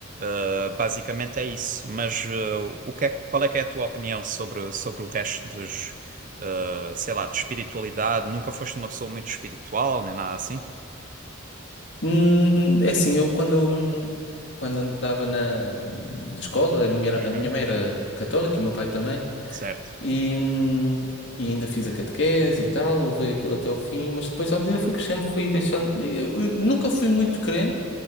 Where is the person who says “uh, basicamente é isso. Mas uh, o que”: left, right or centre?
Right